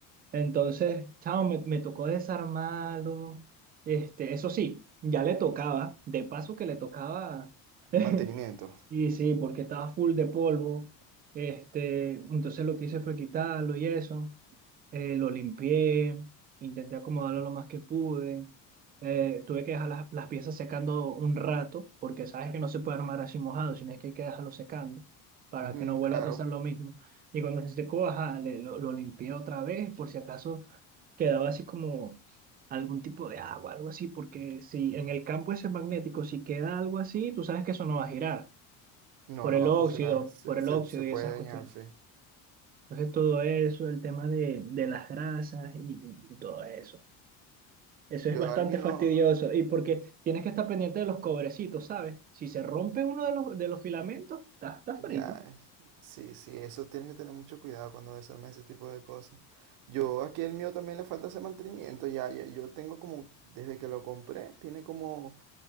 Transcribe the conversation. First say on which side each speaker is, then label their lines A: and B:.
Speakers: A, on the right (about 25°); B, on the right (about 55°).
A: Entonces, chao, me, me tocó desarmarlo. Este, eso sí, ya le tocaba, de paso que le tocaba, <laughs>
B: Mantenimiento.
A: sí sí, porque estaba full de polvo. Este, entonces lo que hice fue quitarlo y eso eh, lo limpié, intenté acomodarlo lo más que pude. eh, tuve que dejar las, las piezas secando un rato, porque sabes que no se puede armar así mojado, sino es que hay que dejarlo secando para
B: Ujú,
A: que no vuelva
B: claro.
A: a pasar lo mismo. Y cuando se secó, ajá, le- lo, lo limpié otra vez, por si acaso quedaba así como algún tipo de agua, algo así, porque si en el campo ese magnético, si queda algo así, tú sabes que eso no va a girar
B: No,
A: por el
B: no va
A: óxido,
B: a funcionar. Se,
A: por el
B: se,
A: óxido
B: se puede
A: y esas
B: dañar,
A: cuestiones.
B: sí.
A: Entonces todo eso, el tema de, de las grasas y, y- y todo eso. Eso
B: Yo
A: es bastante
B: al mío,
A: fastidioso y porque tienes que estar pendiente de los cobrecitos, ¿sabes? Si se rompe uno de los, de los filamentos, está, está frito.
B: ya, sí, sí, eso tienes que tener mucho cuidado cuando desarmes ese tipo de cosas. Yo aquí el mío también le falta ese mantenimiento, ya, ya, yo tengo como, desde que lo compré, tiene como,